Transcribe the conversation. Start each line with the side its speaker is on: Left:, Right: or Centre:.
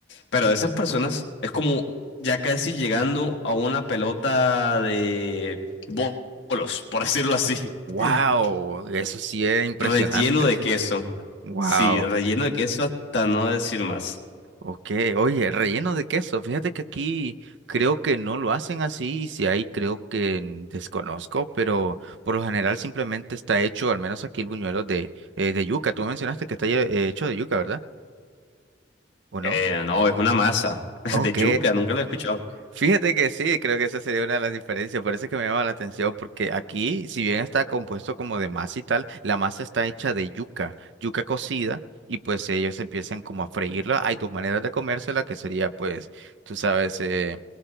Left: Pero de esas personas es como ya casi llegando a una pelota de bo- bolos, por decirlo así,
Right: Wow,
Left: <laughs>
Right: eso sí es impresionante.
Left: relleno de queso.
Right: <laughs> Wow.
Left: Sí, relleno de queso hasta no decir más.
Right: Ok, oye, relleno de queso. Fíjate que aquí creo que no lo hacen así y si hay creo que n- desconozco, pero por lo general simplemente está hecho, al menos aquí el buñuelo de, eh, de yuca. Tú mencionaste que está ye- eh, hecho de yuca, ¿verdad? ¿O no?
Left: Eh, no, es una masa <laughs>
Right: Ok,
Left: de yuca, nunca lo he escuchado.
Right: Fíjate que sí, creo que esa sería una de las diferencias, por eso es que me llama la atención, porque aquí, si bien está compuesto como de masa y tal, la masa está hecha de yuca, yuca cocida, y pues ellos empiezan como a freírla. Hay dos maneras de comérsela, que sería pues, tú sabes, eh,